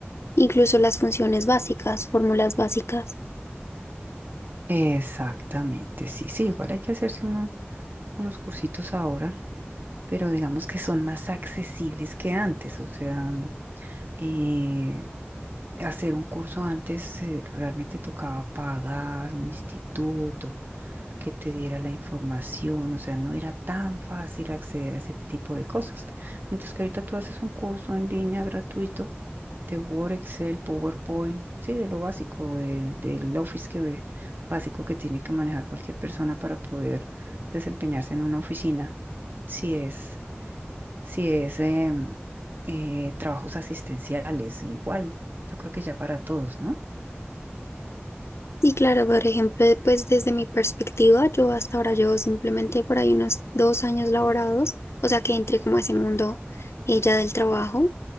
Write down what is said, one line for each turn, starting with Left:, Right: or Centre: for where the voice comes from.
Left: incluso las funciones básicas, fórmulas básicas.
Right: Exactamente, sí, sí, igual hay que hacerse uno- unos cursitos ahora, pero digamos que son más accesibles que antes, o sea, eh, hacer un curso antes eh, realmente tocaba pagar un instituto, que te diera la información, o sea, no era tan fácil acceder a ese tipo de cosas. Mientras que ahorita tú haces un curso en línea gratuito de Word, Excel, PowerPoint, sí, de lo básico, de- del Office que, básico que tiene que manejar cualquier persona para poder desempeñarse en una oficina. Si es, si es em, eh, trabajos asistenciales, igual, yo creo que ya para todos, ¿no?
Left: Y claro, por ejemplo, pues desde mi perspectiva, yo hasta ahora llevo simplemente por ahí unos dos años laborados, o sea que entré como a ese mundo ella del trabajo